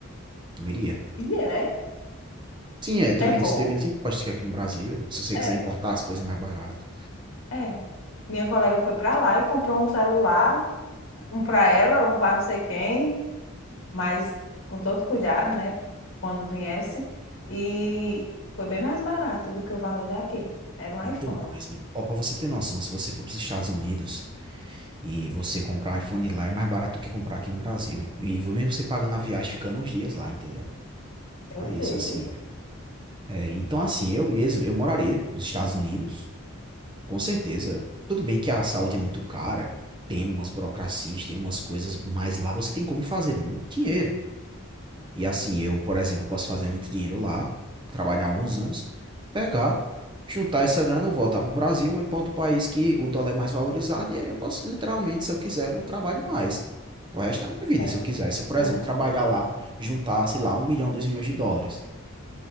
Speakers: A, on the right; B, on the left.
A: Eu iria.
B: E é.
A: Sim, é, tem
B: É
A: menos
B: bom.
A: tem menos impostos que aqui no Brasil, se você
B: É.
A: quiser importar as coisas é mais barato,
B: É. Minha colega foi para lá e comprou um celular, um para ela, um para não sei quem, mas com todo cuidado, né? Quando viesse. E foi bem mais barato do que o valor daqui. Era um
A: muito
B: iPhone.
A: mais me ó, pra você ter noção, se você for para os Estados Unidos e você comprar um iPhone lá é mais barato do que comprar aqui no Brasil, e vo mesmo você pagando a viagem ficando uns dias lá, entendeu. Então
B: Meu
A: é isso,
B: Deus.
A: assim, eh, então assim, eu mesmo, eu moraria nos Estados Unidos, com certeza, tudo bem que a saúde é muito cara, tem umas burocracias, tem umas coisas, mas lá você tem como fazer muito dinheiro, E assim, eu, por exemplo, posso fazer muito dinheiro lá, trabalhar alguns anos, pegar, juntar essa grana, eu voltar para o Brasil ou ir para outro país que o dólar é mais valorizado, e aí eu posso, literalmente, se eu quiser, eu não trabalho mais. O resto da minha vida,
B: É.
A: se eu quiser. Se eu, por
B: Ah,
A: exemplo, trabalhar lá, juntar, sei lá, um milhão, dois milhões de dólares